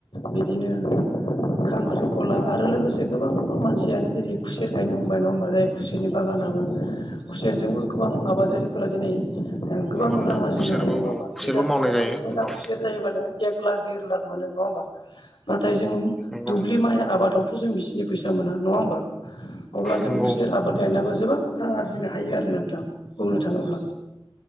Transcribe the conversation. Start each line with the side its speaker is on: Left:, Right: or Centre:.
Left: बिदिनो खांख्रि खला आरो लोगोसे गोबांबो मानसियानो जेरै खुसेर गायनो हमबाय नङा होमबा जाय खुसेरनि बागान खालामो खुसेरजोंबो गोबां आबादारिफोर फोर दिनै गोबां
Centre: नंगौ नोंथां
Left: रां आरजिनो
Centre: खुसेरबो
Left: हायो नङा
Centre: औ
Left: होमबा
Centre: खुसेरबो
Left: बिगाससिनो
Centre: मावनाय
Left: हायाव
Centre: जायो
Left: नों मोजां
Centre: गोबां
Left: खुसेर जायोबा नो एक एक लाख देर लाख मोनो नङा होमबा नाथाय जों
Centre: नंगौ
Left: दुब्लि माइ आबादावथ' जों बिखिनि फैसा मोना नङा होमबा अब्ला जों
Centre: नंगौ
Left: खुसेर आबाद गायनाबो जों गोबां रां आरजि बुजिनो हायो आरो नोंथां बुंनो थाङोब्ला